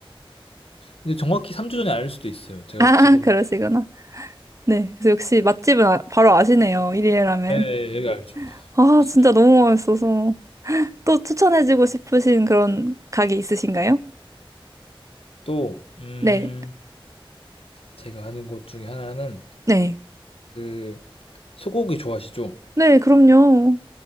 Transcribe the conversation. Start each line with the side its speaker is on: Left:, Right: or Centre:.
Left: 근데 정확히 3주 전에 알 수도 있어요. 제가
Right: 아, <laughs>
Left: 지금.
Right: 그러시구나. 네. 그래서 역시 맛집은 아- 바로 아시네요. 일이라면.
Left: 네, 여기 알죠.
Right: 아,
Left: 아시죠?
Right: 진짜 너무 맛있어서. 또 추천해주고 싶으신 그런 가게 있으신가요?
Left: 또, 음,
Right: 네.
Left: 제가 아는 곳 중에 하나는
Right: 네.
Left: 그 소고기 좋아하시죠?
Right: 네, 그럼요.